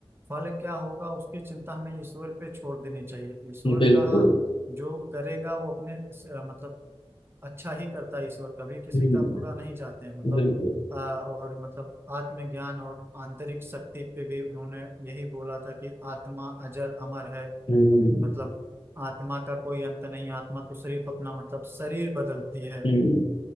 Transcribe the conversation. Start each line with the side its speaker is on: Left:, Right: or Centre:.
Right: फल क्या होगा उसकी चिंता हमें ईश्वर पे छोड़ देनी चाहिए ईश्वर
Left: बिल्कुल
Right: का जो करेगा वो अपने स- मतलब अच्छा ही करता है ईश्वर कभी किसी
Left: हम्म,
Right: का बुरा नहीं चाहते हैं मतलब
Left: बिल्कुल
Right: अ, और मतलब आत्मज्ञान और आंतरिक शक्ति पे भी उन्होंने यही बोला था कि आत्मा अजर अमर है
Left: हम्म,
Right: मतलब आत्मा का कोई अंत नहीं आत्मा तो सिर्फ अपना मतलब शरीर बदलती है
Left: हम्म।